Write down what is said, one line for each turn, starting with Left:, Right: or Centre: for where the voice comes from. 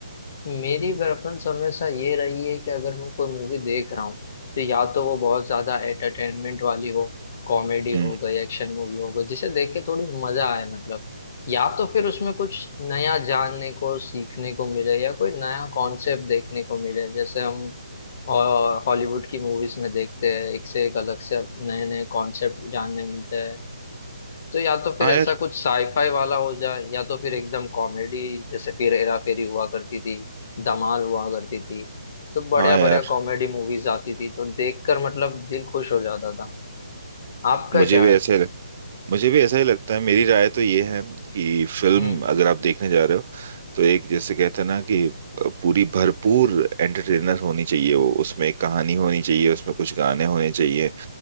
Left: मेरी प्रेफरेंस हमेशा ये रही है कि अगर मैं कोई मूवी देख रहा हूँ तो या तो वो बहुत ज्यादा एंटरटेनमेंट वाली हो कॉमेडी
Right: हम्म
Left: हो गई एक्शन मूवी हो गई जिसे देख के थोड़ी मजा आए मतलब या तो फिर उसमें कुछ नया जानने को सीखने को मिले या कोई नया कॉन्सेप्ट देखने को मिले जैसे हम और हॉलीवुड की मूवीज में देखते हैं एक से एक अलग से नए नए कॉन्सेप्ट जानने मिलते हैं तो या तो फिर
Right: हाँ
Left: ऐसा
Right: यार
Left: कुछ साईफाई वाला हो जाए या तो फिर एकदम कॉमेडी जैसे फिर हेरा फेरी हुआ करती थी धमाल हुआ करती थी तो बढ़िया
Right: हाँ यार
Left: बढ़िया कॉमेडी मूवीज आती थी तो देखकर मतलब दिल खुश हो जाता था आपका
Right: मुझे
Left: क्या
Right: भी
Left: है
Right: ऐसे लग, मुझे भी ऐसा ही लगता है मेरी राय तो ये है कि फिल्म
Left: हम्म
Right: अगर आप देखने जा रहे हो तो एक जैसे कहते हैं ना कि पूरी भरपूर एंटरटेनर होनी चाहिए वो उसमें एक कहानी होनी चाहिए उसमें कुछ गाने होने चाहिए